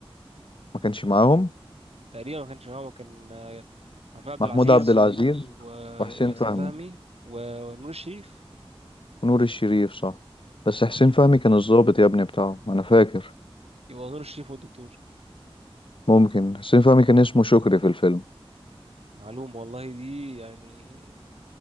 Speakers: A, on the left; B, on the right.
A: ما كانش معاهم
B: تقريبا ما كانش معاهم كان آه، محمود عبد
A: محمود
B: العزيز
A: عبد العزيز
B: و- وياسمين
A: وحسين فهمي
B: فهمي و- ونور الشريف
A: ونور الشريف صح بس حسين فهمي كان الضابط يا ابني بتاعهم انا فاكر
B: يبقى نور الشريف هو الدكتور
A: ممكن حسين فهمي كان اسمه شكري في الفيلم
B: معلومة والله دي يعني